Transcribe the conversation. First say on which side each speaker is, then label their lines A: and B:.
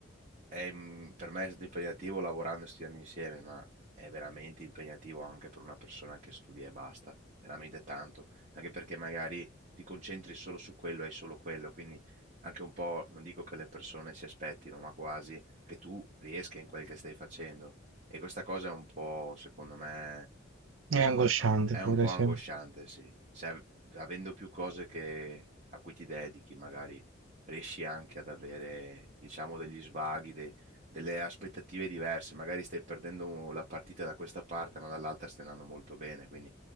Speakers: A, on the right (about 40°); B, on the right (about 80°).
A: è, mm, per me è stato impegnativo lavorando e studiando insieme, ma è veramente impegnativo anche per una persona che studia e basta, veramente tanto, anche perché magari ti concentri solo su quello, e hai solo quello, quindi anche un po', non dico che le persone si aspettino, ma quasi che tu riesca in quel che stai facendo. E questa cosa è un po', secondo me,
B: È angosciante
A: è un, è
B: pure,
A: un po'
B: sì.
A: angosciante, sì. Se av- avendo più cose che- a cui ti dedichi, magari riesci anche ad avere, diciamo, degli svaghi, de- delle aspettative diverse. Magari stai perdendo la partita da questa parte, ma dall'altra stai andando molto bene. Quindi